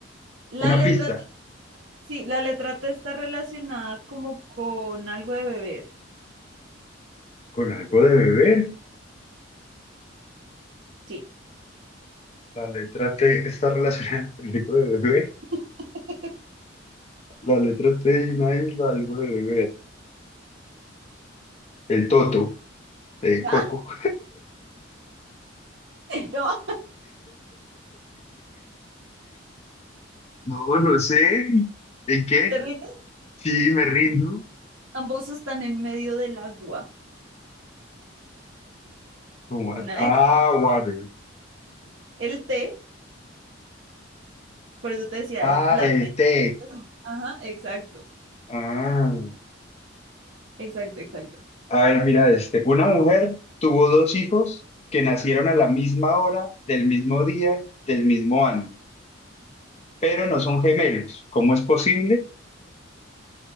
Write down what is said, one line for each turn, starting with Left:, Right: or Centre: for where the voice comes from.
Right: la
Left: Una
Right: letra,
Left: pista,
Right: T- sí, la letra T está relacionada como con algo de beber.
Left: con algo de bebé.
Right: Sí.
Left: La letra T está relacionada con algo de bebé.
Right: <laughs>
Left: La letra T y una isla, algo de bebé. El toto, de
Right: No,
Left: coco.
Right: no,
Left: No, no sé. ¿En qué?
Right: ¿te rindes?
Left: Sí, me rindo.
Right: Ambos están en medio del agua.
Left: ¿Cómo
Right: Una
Left: es? Ah,
Right: isla.
Left: water.
Right: El té, por eso te decía, el-
Left: Ah,
Right: la
Left: el
Right: T.
Left: té.
Right: Ajá, exacto,
Left: Ah.
Right: exacto, exacto.
Left: A ver, mira este. Una mujer tuvo dos hijos que nacieron a la misma hora, del mismo día, del mismo año, pero no son gemelos. ¿Cómo es posible?